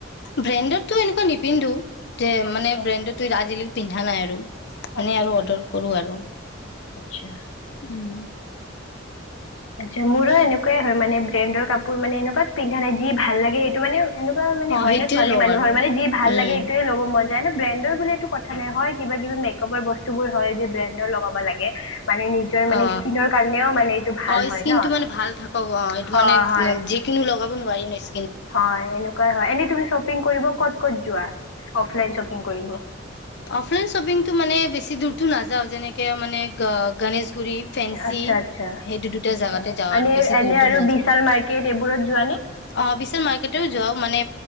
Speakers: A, on the left (about 60°); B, on the left (about 80°).
A: ব্ৰেণ্ডৰতো এনেকুৱা নিপিন্ধো যে মানে
B: আচ্ছা
A: ব্ৰেইন টো তুই ৰাজিলি পিন্ধা নাই আৰু এনেই
B: আচ্ছা
A: আৰু অৰ্ডাৰ কৰো আৰু
B: আচ্ছা।
A: উম
B: আচ্ছা মোৰো এনেকুৱাই হয় মানে ব্ৰেডৰ কাপোৰ মানে এনেকুৱাত পিন্ধা নাই যি ভাল লাগে সেইটো মানে এনেকুৱা মানে
A: অ
B: হয়
A: সেইটোয়ে
B: ন ছোৱাল
A: লওঁ
B: মানুহ
A: আৰু
B: মানে ভাল
A: উম
B: লাগে এইটয়ে ল'ব মন যায় ন ব্ৰেণ্ তই বোলে এইটো কথা নাই হয় কিবা কিবি বস্তু হয় ব্ৰেন্দৰ লগাব লাগে। মানে নিজৰ মানে
A: অ
B: স্কিনৰ কাৰণেও মানে এইটো ভাল
A: অ
B: হয়
A: স্কিন
B: ন
A: টো মানে ভাল থাকক অ এইটো
B: হয়
A: মানে
B: হয়
A: যিকিনো লগাব নোৱাৰি নিশ
B: হয় এনেকুৱাই হয় এনে তুমি শ্বপিং কৰিব ক'ত ক'ত যোৱা অফলাইন শ্বপিং কৰিব
A: অফলাইন শ্বপিংটো মানে বেছি দূৰ। নাযাও যেনেকে মানে গণেশ পোৰি ছনছি
B: আচ্ছা আচ্ছা
A: সেই দু দুটা
B: আচ্ছা
A: জেগাতে যাওঁ
B: এনে
A: আৰু বেছি
B: এনে
A: দৰ দ
B: আৰু
A: নাযওঁ
B: বিশাল মাৰ্কেট এইবোৰত যোৱানে
A: অ বিশ ম যা মানে